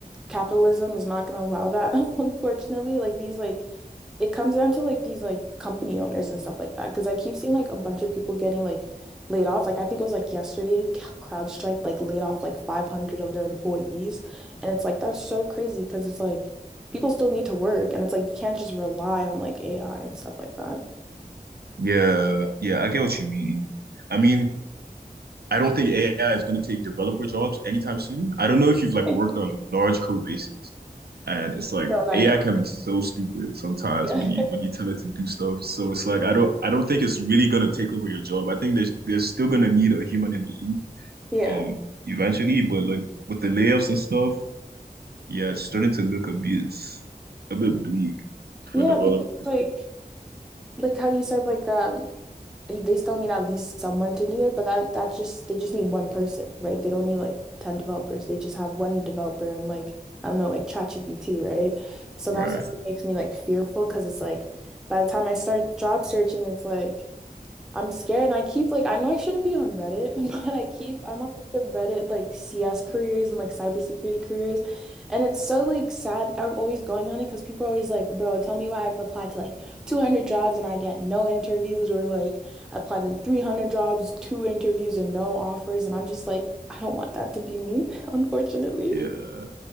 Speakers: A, in the centre; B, on the right (about 85°).
A: capitalism is not going to allow that, <laughs> unfortunately. Like these like it comes down to like these like company owners and stuff like that. Because I keep seeing like a bunch of people getting like laid off. Like I think it was like yesterday, <laughs> C- CrowdStrike like laid off like 500 of their employees, and it's like that's so crazy because it's like people still need to work, and it's like you can't just rely on like AI and stuff like that.
B: Yeah, yeah, I get what you mean. I mean, I don't think AI is going to take developer jobs anytime soon. I don't know if you've like
A: <laughs>
B: worked on large code bases, And it's like
A: No, not
B: AI
A: yet.
B: can be Totally. so stupid sometimes
A: Yeah.
B: when
A: <laughs>
B: you when you tell it to do stuff. So it's like I don't I don't think it's really gonna take over your job. I think there's there's still gonna need a human in the loop
A: Yeah.
B: um eventually, but like with the layoffs and stuff, yeah, it's starting to look a bit a bit bleak for
A: Yeah,
B: developers.
A: because it's like like how you said like um they still need at least someone to do it, but that that's just they just need one person, right? They don't need like 10 developers. They just have one developer and like I don't know, like ChatGPT, right? So
B: Right.
A: that's
B: So
A: what makes me like fearful because it's like by the time I start job searching, it's like I'm scared and I keep like I know I shouldn't be on Reddit, <laughs> but I keep I'm on like, the Reddit like CS careers and like cybersecurity careers. And it's so like sad I'm always going on it because people are always like, bro, tell me why I've applied to like 200 jobs and I get no interviews or like I applied to 300 jobs, two interviews and no offers. And I'm just like, I don't want that to be me, <laughs> unfortunately.
B: Yeah.